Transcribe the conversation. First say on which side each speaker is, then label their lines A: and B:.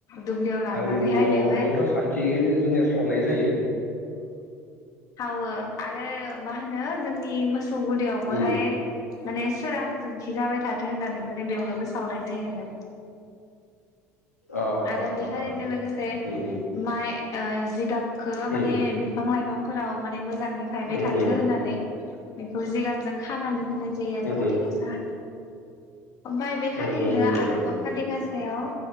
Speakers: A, on the left; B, on the left.
A: दुब्लियाव लांनानैहाय
B: आरो न'आवबोथ'
A: बेवहाय
B: साथि जोंनिया सावनाय जायो
A: सावो आरो मा होनो जोंनि मोसौ गलियावबोहाय
B: उम
A: माने सोरांजों थि जाबाय थाथों होननानै माने बेवहायबो सावनाय जायो आरो
B: अ अ
A: आरो बिखारिनो लोगोसे
B: उम
A: माइ जिगाबखौ माने
B: उम
A: बिफां लाइफांफोराव माने मोजाङै थायबाय
B: उम
A: थाथों
B: उम
A: होननानै बेखौ जिगाबजों खानानै होनाय जायो आरो
B: उम
A: कातिगागासााहाय ओमफाय बे खालिनो
B: उम उम उम
A: आरोबाव कातिगासायाव